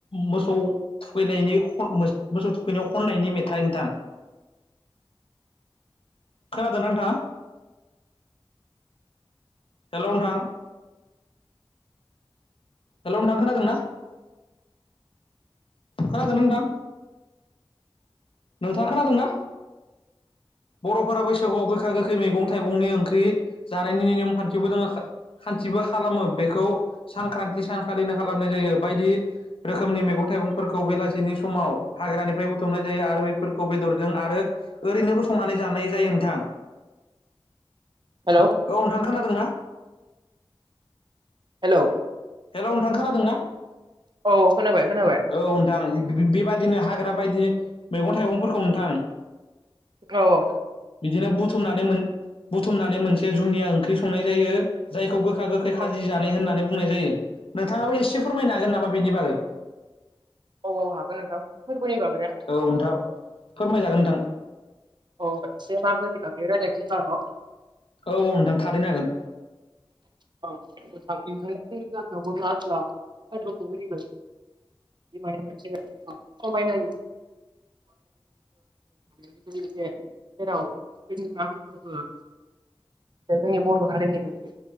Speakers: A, on the left (about 70°); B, on the right (about 55°).
A: मोसौ थुखैनायनि मोसौ थुखैनायाव खन नि मेथाइ नोंथां खोनादों नोंथांङा हेलौ नोंथां हेलौ नोंथां खोनादोंना खोनादोंना नोंथां नोंथाङा खोनादोंना बर'फोरा बैसागुआव गोखा गोखै मैगं थाइगंनि ओंख्रि जानायनि नियम खान्थिबो दङ खान्थिबो खालामो बेखौ सानख्रान्थि सानखालिनो खालामनाय जायो बायदि रोखोमनि मैगं-थाइगं फोरखौ बेलासिनि समाव हाग्रानिफ्राय बुथुमनाय जायो आरो बेफोरखौ बेदरजों आरो ओरैनोबो संनानै जानाय जायो नोंथां
B: हेलौ
A: औ नोंथां खोनादोंना
B: हेलौ,
A: हेलौ, नोंथां खोनादों ना
B: औ औ खोनाबाय खोनाबाय
A: औ नोंथां बेबायदिनो हाग्रा बायदि मैगं थाइगंफोरखौ नोंथां
B: औ
A: बिदिनो बुथुमनानै बुथुमनानै मोनसे जुनिया ओंख्रि संनाय जायो। जायखौ गोखा गोखै खाजि
B: औ
A: जानाय होननानै बुंनाय जायो नोंथाङाबो एसे फोरमायनो हागोन नामा। बिनि बागै।
B: औ औ हागोन नोंथां फोरबोनि बागैया
A: औ नोंथां फोरमायजागोन नोंथां
B: अ इसे मागोनि बागै रायलायनोसै होमबा न'
A: औ औ नोंथां थारैनो हागोन
B: ज ज मोन राजला नखग <unintelligible> मे मोनसे खायनाय <unintelligible> जेराव जोंनि मागो फोरबोआ जोंनि बर' हारिनि मोनसे